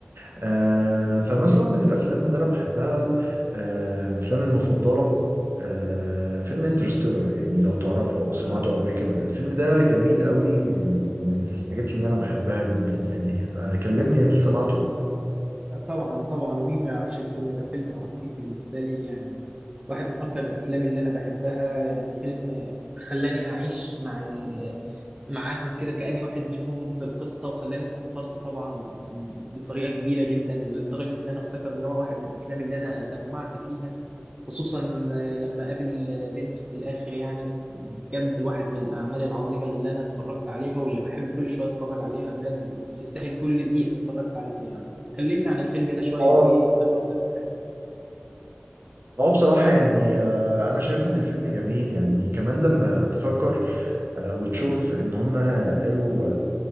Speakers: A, on the right; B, on the right.
A: آه فمثلا من الافلام اللي انا بحبها آه افلامي المفضله آه فيلم انترستيلر يعني لو تعرفه او سمعته قبل كده الفيلم ده جميل قوي ومن الحاجات اللي انا بحبها جدا يعني آه كلمني هل سمعته
B: طبعا طبعا ومين ما يعرفش الفيلم ده فيلم عظيم بالنسبة لي يعني واحد من أكتر الأفلام اللي أنا بحبها يعني فيلم خلاني أعيش مع ال... معاهم كده كأني واحد منهم في القصة وخلاني اتأثرت طبعا بطريقة كبيرة جدا لدرجة إن أنا أفتكر إن هو واحد من الأفلام اللي أنا دمعت فيها خصوصا لما قابل بنته في الآخر يعني بجد واحد من الأعمال العظيمة اللي أنا اتفرجت عليها واللي بحب كل شوية أتفرج عليها بجد يستاهل كل دقيقة اتفرجت عليه فيها كلمني عن الفيلم ده شوية
A: اه
B: وإيه تجربتك معاه
A: اه بصراحة يعني آه، أنا شايف إن الفيلم جميل يعني كمان لما تفكر آه، وتشوف إن هما قالوا